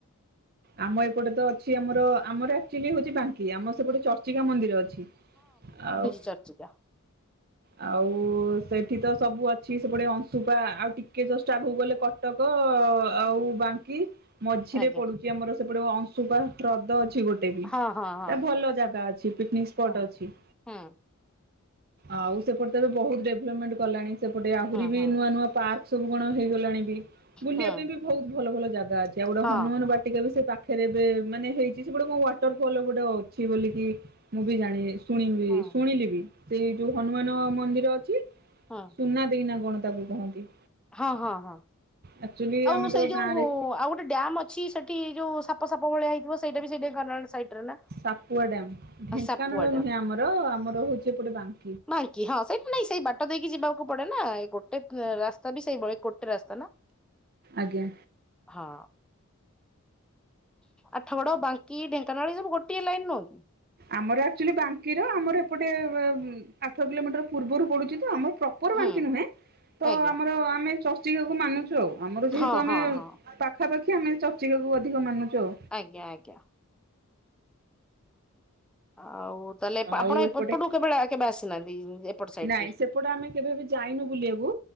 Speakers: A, on the right; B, in the centre.
A: ଆମ ଏପଟେ ତ ଅଛି ଆମର ଆମର ଆକ୍ଚୁଆଲି ହଉଛି ବାଙ୍କି ଆମ ସେପଟେ ଚର୍ଚିକା ମନ୍ଦିର ଅଛି ଆଉ।
B: ଚର୍ଚିକା।
A: ଆଉ ସେଠି ତ ସବୁ ଅଛି ସେପଟେ ଅଂଶୁପା ଆଉ ଟିକେ ଜଷ୍ଟ ଆଗକୁ ଗଲେ କ କଟକ ଆଉ ବାଙ୍କି। ମଝିରେ
B: ଆଜ୍ଞା
A: ପଡ଼ୁଚି ଆମର ସେପଟେ ଅଂଶୁପା ହ୍ରଦ ଅଛି ଗୋ <unintelligible>
B: ହଁ ହଁ ହଁ
A: ଭଲ ଜାଗା ଅଛି ପିକନିକ ସ୍ପଟ
B: ହୁଁ
A: ଅଛି।
B: ହୁଁ
A: ଆଉ ସେପଟେ ତ ବହୁତ ଡେଭଲପମେଣ୍ଟ କଲାଣି ସେପଟେ ଆହୁରି ବି
B: ହୁଁ ହୁଁ
A: ନୂଆ ନୂଆ ପାର୍କ ସବୁ କଣ ହେଇଗଲାଣି। ବୁଲିବା
B: ହୁଁ
A: ପାଇଁ ବି ବହୁତ ଭଲ ଭଲ ଜାଗା ଅଛି ଆଉ ଗୋଟେ
B: ହଁ
A: ହନୁମାନ ବାଟିକା ବି ସେ ପା ପାଖରେ ଏବେ ମାନେ ହେଇଚି ସେପଟେ କଣ ୱାଟର ଫଲ ଗୋଟେ ଅଛି ବୋଲିକି ମୁଁ ବି ଜାଣି ଶୁଣି
B: ହଁ
A: ଶୁଣିଲି ବି ସେଇ ଯୋଉ ହନୁମାନ ମନ୍ଦିର ଅଛି।
B: ହଁ।
A: ସୁନା ଦେଇନା କଣ ତାକୁ କହନ୍ତି।
B: ହଁ ହଁ ହଁ
A: ଆକ୍ଚୁଆଲି
B: ଆଉ
A: ଆମେ ତ
B: ସେଇ ଯୋଉ
A: ଗାଁରେ
B: ଆଉ ଗୋଟେ ଡ୍ୟାମ ଅ ଅଛି। ସେଠି ଯୋଉ ସାପ ସାପ ଭଳିଆ ହେଇଥିବ ସେଇଟା ବି ସେଇ ଢେଙ୍କାନାଳ ସାଇଟ୍ ରେ ନା?
A: ସାପୁଆ ଡ୍ୟାମ। ଢେଙ୍କାନାଳ
B: ସାପୁଆ
A: ନୁହେଁ ଆମର ଆମର ହଉଛି ଏପଟେ ବାଙ୍କ
B: ମାଇଁ କି ହଁ ସେଇଠୁ ନାଇଁ ସେଇ ବାଟ ଦେଇକି ଯିବା କୁ ପଡେ ନା ଏଇ ଗୋଟେ ରାସ୍ତା ବି ସେଇଭଳି ଗୋଟେ ରାସ୍ତା ନା?
A: ଆଜ୍ଞା।
B: ହଁ। ଆଠ ଗଡ, ବାଙ୍କି, ଢେଙ୍କାନାଳ, ଏସବୁ ଗୋଟିଏ ଲାଇନ ନୁହଁ କି?
A: ଆମର ଆକ୍ଚୁଆଲି ବାଙ୍କିର ଆମର ଏପଟେ ଆଠ କିଲୋମିଟର ପୂର୍ବରୁ ପଡୁଛି ତ ଆମର ପ୍ର ପ୍ରପର
B: ହୁଁ
A: ବାଙ୍କି ନୁହେଁ ତ
B: ଆଜ୍ଞା
A: ଆମର ଆମେ ଚର୍ଚ୍ଚିକାକୁ ମାନୁଛୁ ଆଉ ଆମର ଯେହେତୁ
B: ହଁ
A: ଆମେ
B: ହଁ ହଁ
A: ପାଖାପାଖି ଆମେ ଚର୍ଚ୍ଚିକାକୁ ଅଧିକ ମାନୁଛୁ ଆଉ।
B: ଆଜ୍ଞା, ଆଜ୍ଞା। ଆଉ ତାହେଲେ ଆପଣ
A: ଆଉ
B: ଏପଟୁ
A: ଏପଟେ
B: କେବେ କେବେ ଆସିନାହାନ୍ତି ଏପଟ ସାଇଡ
A: ନାଇଁ
B: କି?
A: ସେପଟେ ଆମେ କେବେ ବି ଯାଇନୁ ବୁଲିବାକୁ